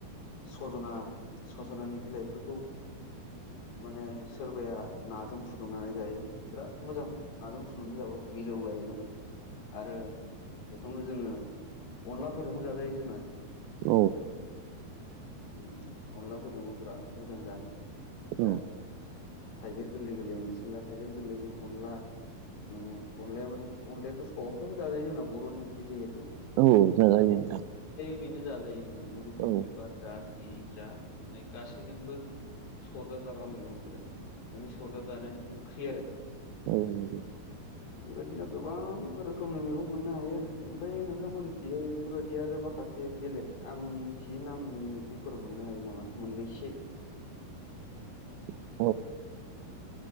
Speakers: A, on the left; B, on the right.
A: सजना सजनानि बिलाइफोरखौ। माने सोरबाया नाजों फुदुंनानै जायो बिराद मोजां। माजों फुदुंनानै जाबाबो मिलौ लायो माने आरो। बेखौनो जोङो अनलाफोरजोंबो जाजायो जोंना
B: औ
A: ओम अनलाफोरजोंबो बिराद मोजां जानो
B: औ
A: दा थाइगेर गोरलै गोरलै मोनसिगोनलाय थाइगिर गोरलैजों अनला। माने अनलाया माने अनलायाथ' सबजोंबो जाजायो जोंना बर'नि ओंख्रि जिहेतु।
B: औ जाजायो नोंथां।
A: बेनो जाजायो माने मुदुफुल
B: औ
A: बिबार जा जि जा माने गासैजोंबो। सरजाब जाग्रा मैगंफोर माने सरजाब जानानै ओंख्रि आरो।
B: द द
A: बेबायदिनो गोबां रोखोमनि मैगं मोननो हायो ओमफ्राय नोंथां मिथिजायो बेफोर बायदि आरो मा? माखासे बेलेग आं मिथियै नामनि मैखंफोराव मोननो हायो नामा मोननैसो।
B: <inaudible>